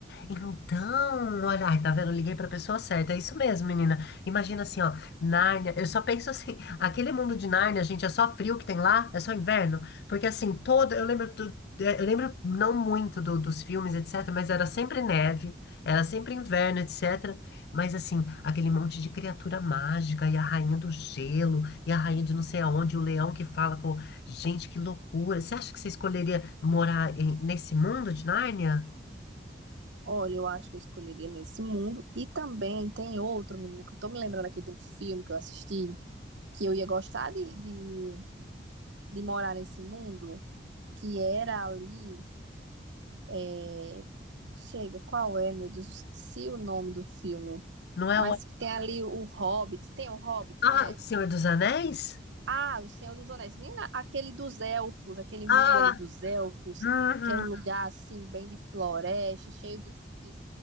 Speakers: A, on the left (about 60°); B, on the right (about 85°).
A: Então, olha, ai, tá vendo? Eu Liguei pra pessoa certa. É isso mesmo, menina. Imagina assim, ó, Nárnia. Eu só penso assim, <laughs> aquele mundo de Nárnia, gente, é só frio que tem lá, é só inverno. Porque assim, todo, eu lembro do- é, eu lembro não muito do- dos filmes, etc, mas era sempre neve, era sempre inverno, etc. Mas assim, aquele monte de criatura mágica e a rainha do gelo e a rainha de não sei aonde, o leão que fala com, gente, que loucura. Você acha que você escolheria morar em- nesse mundo de Nárnia?
B: Olha, eu acho que eu escolheria Nesse Mundo. E também tem outro, menina, que eu tô me lembrando aqui de um filme que eu assisti, que eu ia gostar de, de, de morar nesse mundo, que era ali. é, Chega, qual é, meu Deus? Esqueci o nome do filme.
A: Não é
B: Mas que tem ali o Hobbit, tem o Hobbit,
A: Ah,
B: né?
A: O Senhor dos Anéis?
B: Ah, o Senhor dos Anéis. Menina, aquele dos elfos, aquele mundo
A: Ah,
B: ali dos elfos,
A: uhum.
B: que é um lugar assim, bem de floresta, cheio de, de